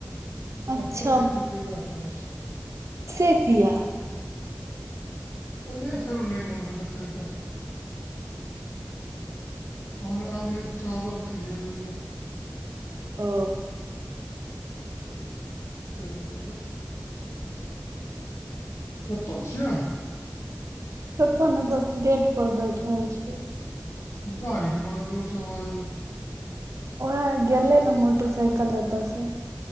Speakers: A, on the right (about 70°); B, on the left (about 65°).
A: अच्छा
B: तखने जे खेलियै वैह खेने छी।
A: से किया?
B: एलियै फेरो नै मोन भेलै खाएके। तोहन एल रहियै तऽ चावल फीरए लेलिय।
A: ओ।
B: तय दुआरे। कत छियै अहां?
A: कतौ ने बस गेट पर बैठल छीयै।
B: गाड़ी के बड़ा जोर सँ बजल या।
A: ओहै गेलै ने मोटरसाइकल एतऽ सँ।